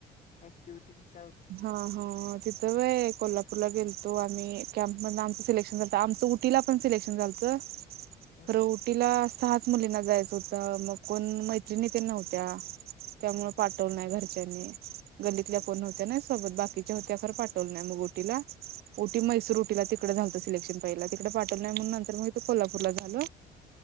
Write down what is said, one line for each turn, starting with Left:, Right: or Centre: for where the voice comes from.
Left: ऍक्टिव्हिटी कशी
Right: हा हा तिथं वय कोल्हापूरला गेलतो वा आम्ही कॅम्प मधन आमचं सिलेक्शन झालंत, आमचं उटीला पण सिलेक्शन झालत.
Left: हम्म
Right: खर उटीला सहाच मुलींना जायचं होत मग कोण मैत्रणी नव्हत्या त्यामुळे
Left: हम्म
Right: पाठवल नाही घरच च्याणी. गल्लीतल्या
Left: हम्म
Right: कोण नवत्या ना. सोत बाकीच्या होत्या खर पाठवलं मग उटीला उटी मैसूर उटीला तिकड झात सिलेक्शन पहि- पाठवल नाय म्हणू नंतर म इथं कोल्हापूर ला झाल.